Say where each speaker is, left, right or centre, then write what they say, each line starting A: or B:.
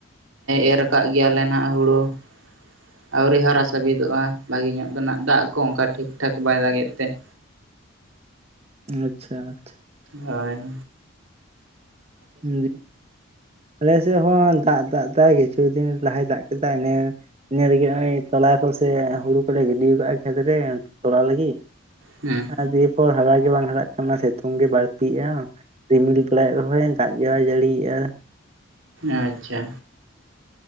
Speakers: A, on the right; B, on the right.
A: ᱮᱨ ᱟᱠᱟᱫ ᱜᱮᱭᱟ ᱞᱮ ᱱᱟᱸᱜ ᱦᱩᱲᱩ ᱾ ᱟᱹᱣᱨᱤ ᱦᱟᱨᱟ ᱥᱟᱹᱵᱤᱫᱚᱜᱼᱟ ᱵᱷᱟᱜᱤ ᱧᱚᱜ ᱫᱚ ᱱᱟᱜ ᱫᱟᱜ ᱠᱚ ᱚᱱᱠᱟ ᱴᱷᱤᱠ ᱴᱷᱟᱠ ᱵᱟᱭ ᱫᱟᱜᱮᱫ ᱛᱮ ᱾
B: ᱟᱪᱪᱷᱟ᱾
A: ᱦᱚᱭ ᱾
B: ᱦᱩᱸ ᱟᱞᱮ ᱥᱮᱫ ᱦᱚᱸ ᱫᱟᱜ ᱫᱟᱜ ᱮᱫᱟᱭ ᱠᱤᱪᱷᱩ ᱫᱤᱱ ᱞᱟᱦᱟᱭ ᱫᱟᱜ ᱠᱮᱫᱟ ᱤᱱᱟᱹ ᱤᱱᱟ ᱞᱟᱹᱜᱤᱫ ᱱᱚᱜᱼᱚᱭ ᱛᱚᱞᱟ ᱠᱚ ᱥᱮ ᱦᱩᱲᱩ ᱠᱚᱞᱮ ᱜᱤᱰᱤ ᱠᱟᱜᱼᱟ ᱠᱷᱮᱛ ᱨᱮ ᱛᱚᱞᱟ ᱞᱟᱹᱜᱤᱫ ᱾
A: ᱦᱮᱸ
B: ᱟᱨ ᱫᱤᱭᱮ ᱯᱚᱨ ᱦᱟᱨᱟ ᱜᱮ ᱵᱟᱝ ᱦᱟᱨᱟᱜ ᱠᱟᱱᱟ ᱥᱤᱛᱩᱝ ᱜᱮ ᱵᱟᱹᱲᱛᱤᱜᱼᱟ ᱨᱤᱢᱤᱞ ᱵᱟᱲᱟᱭᱮᱫ ᱨᱮᱦᱚᱸᱭ ᱾ ᱫᱟᱜ ᱜᱮ ᱵᱟᱭ ᱡᱟᱹᱲᱤᱭᱮᱜᱼᱟ
A: ᱟᱪᱪᱷᱟ